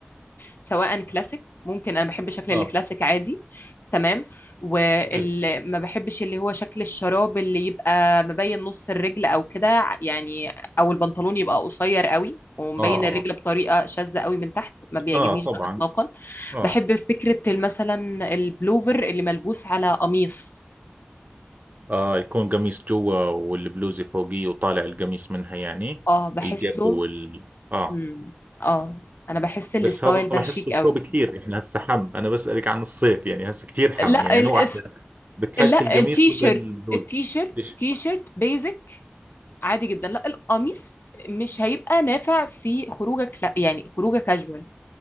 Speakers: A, on the left (about 65°); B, on the right (about 45°).
A: سواء كلاسيك ممكن أنا بحب شكل الكلاسيك
B: آه.
A: عادي تمام وما
B: حلو
A: بحبش اللي هو شكل الشراب اللي يبقى مبين نص الرجل أو كده يعني أو البنطلون يبقى قصير قوي ومبين
B: اه اه
A: الرجل بطريقة شاذة قوي من تحت ما بيعجبنيش
B: اه طبعا
A: ده إطلاقا
B: اه
A: بحب فكرة مثلا البلوفر اللي ملبوس على قميص
B: آه يكون قميص جوا والبلوزة فوقيه وطالع القميص منها يعني
A: اه بحسه
B: الجبة وال آه
A: امم اه انا بحس الستايل
B: بس هذا
A: ده
B: بحسه
A: شيك
B: شوب
A: قوي
B: كثير احنا هسه حم انا بسألك عن الصيف يعني هسه كثير حم
A: لا
B: يعني
A: الاس...
B: انو احلى بتحس
A: لا
B: القميص
A: التي
B: ولا
A: شيرت
B: البلوزة
A: التي شيرت
B: ليش
A: تي شيرت بيزك عادي جدا لا القميص مش هيبقى نافع في خروجك لا يعني خروجك كاجوال